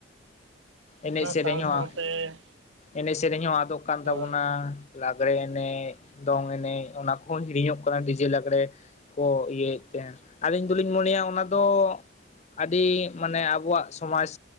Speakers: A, on the left (about 35°); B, on the right (about 75°).
A: ᱮᱱᱮᱡ
B: ᱚᱱᱟ
A: ᱥᱮᱨᱮᱧ
B: ᱥᱟᱶ ᱥᱟᱶᱛᱮ
A: ᱦᱚᱸ, ᱮᱱᱮᱡ ᱥᱮᱨᱮᱧ ᱦᱚᱸ ᱟᱫᱚᱜ ᱠᱟᱱ ᱛᱟᱵᱚᱱᱟ᱾
B: ᱦᱳᱭ
A: ᱞᱟᱜᱽᱲᱮ ᱮᱱᱮᱡ, ᱫᱚᱝ ᱮᱱᱮᱡ ᱚᱱᱟ ᱠᱚ ᱦᱚᱸ ᱦᱤᱲᱤᱧᱚᱜ ᱠᱟᱱᱟ ᱰᱤᱡᱮ ᱞᱟᱜᱽᱲᱮ, ᱠᱚ ᱤᱭᱟᱹᱭᱮᱫ ᱛᱟᱦᱮᱸ-ᱟ ᱟᱹᱞᱤᱧ ᱫᱚᱞᱤᱧ ᱢᱚᱱᱮᱭᱟ ᱚᱱᱟ ᱫᱚ
B: ᱦᱳᱭ
A: ᱟᱹᱰᱤ ᱢᱟᱱᱮ ᱟᱵᱚᱣᱟᱜ ᱥᱚᱢᱟᱡᱽ